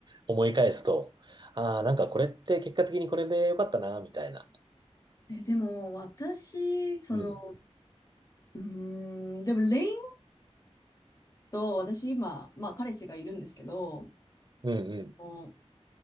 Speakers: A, on the right (about 40°); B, on the left (about 30°).
A: 思い返すと、ああ、なんかこれって結果的にこれでよかったな、みたいな。
B: え、でも、私、その、
A: うん。
B: うーん、でも、レインと、私今、まあ、彼氏がいるんですけど、
A: うん
B: うん